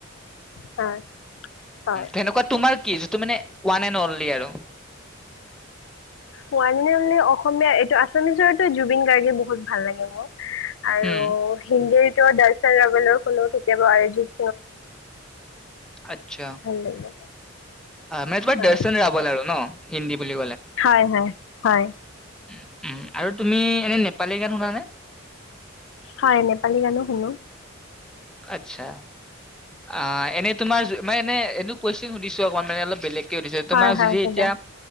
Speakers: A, on the left; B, in the centre.
A: হয় হয়।
B: তেনেকুৱা তোমাৰ কি ত মে ৱান নেন অনলি আৰু।
A: পোৱী ম অসমীয়া এইটো আছামিছৰাটো জুবিন গাৰ্গে বহুত ভাল লাগে মোৰ আৰু
B: উম
A: হিন্দীৰ ত দাৰচাৰ লগলো শুনো কেতিয়াবা অৰ্জিত
B: আচ্ছা
A: ভাল লাগে
B: মই তোবাৰ
A: হয়
B: দৰ্শন ৰাব লাৰো ন হিন্দী বুলি
A: হয় হয় হয়।
B: উ উ আৰু তুমি এনে নেপালী গান শুনানে?
A: হয় নেপালী গানো শুনো।
B: আচ্ছা আ এনে তোমাৰ জু মে এনে এদো কুৱেচন সুধিছো অকমান মানে অলপ বেলেগ কি সুধিছে তোমাক
A: হয় হয়
B: যদি
A: শুনা
B: এতিয়া